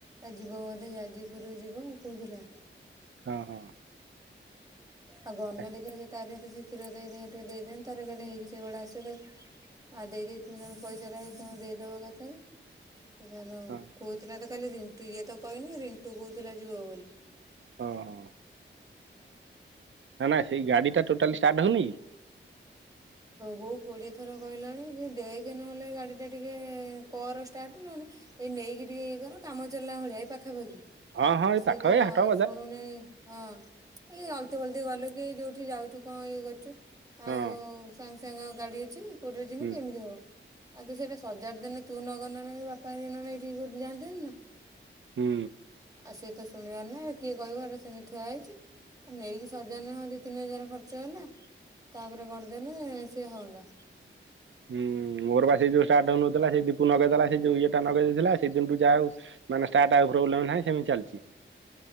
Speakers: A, on the right; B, on the right.
A: ଯିବ ବୋଧେ ଯାଜପୁର ଯିବ କୋହୁଥିଲା।
B: ହଁ।
A: ଆଉ ଗନା
B: ଆଜି
A: ଦେଖି ତାର ସେ କ୍ଷୀର ଦେଇ ଟିକ ଦେଇଦିଅନ୍ତି ତାର ହେଇକି ସେଇଭଳିଆ ଆସେ ତ ଆଉ ଦେଇ ଦେଇଥିଲେ ପଇସା ଟା ତମେ ଦେଇଦବ କେତେଲେ। ସେ କ
B: ହଁ
A: କହୁଥିଲା ତ ଖାଲି ରିଣ୍ଟୁ ଇଏ ତ କହିନି ରିଣ୍ଟୁ କହୁଥିଲା ଯିବ ବୋଲି।
B: ହଁ ହଁ ନା ନା ସେଇ ଗାଡି ଟା ଟୋଟାଲି ଷ୍ଟାର୍ ହଉନି?
A: ବୋଉ କୋଡ଼ିଏ ଥର କହିଲାଣି କି ଦେଇକି ନହେଲେ ଗାଡ଼ିଟା ଟିକେ କର ଷ୍ଟାର୍ଟ ନହେନଲେ। ଏଇ ନେଇକି ଟିକେ ଇଏ କର କାମ ଚଲିଲା ଭଳିଆ ଏଇପାଖାପାଖି।
B: ହଁ ହଁ ଏଇ
A: ସିଏ
B: ପାଖ
A: ତ
B: ଏଇ ହାଟ ବଜାର
A: ଶୁଣୁନହି ହଁ ଏଇ ଅଲତି ଫଲଦ ଗଲୁ କି ଯୋଉଠି ଯାଉଛୁ କଣ ଇଏ କରୁଛୁ
B: ହଁ
A: ଆଉ ସାଙ୍ଗ ସାଙ୍ଗ ଗାଡି ଅଛି କୋଉଠରେ ଯେମିତି
B: ହୁଁ
A: ଏମିତି ହବ ଆଉ ତୁ ସେଇଟା ସଜାଡ ଦେଲେ ତୁ ନଗନ ବାପା ନ ନ ଟିକେ ଜାଆନ୍ତେନି ନା
B: ହୁଁ
A: ଆଉ ସିଏ ତ ଶୁଣିବାର ନା କିଏ କହିବାର ସେମି ଥୁଆ ହେଇଛି। ନେଇକି ସଜା ନ ହଅ ଦି ତିନି ହଜାର ଖର୍ଚ୍ଚ ହେଲା ତାପରେ କରିଦେଲେ ସିଏ ହୁଅନ୍ତା।
B: ହୁଁ ମୋର ବା ସେ ଯୋଉ ଷ୍ଟାର୍ଟ ହାଉନଥିଲା ସେ ଦୀପୁ ନଗେଇ ଦେଲା ସେ ଯଉ ଇଏ ଟା ନଗେଇ ଦେଇଥିଲା। ସେଇଦିନଠୁ ଯାହାଉ ମାନେ ଷ୍ଟାର୍ଟ ଆଉ ପ୍ରୋବ୍ଲେମ୍ ନାହିଁ ସେମିତି ଚାଲିଛି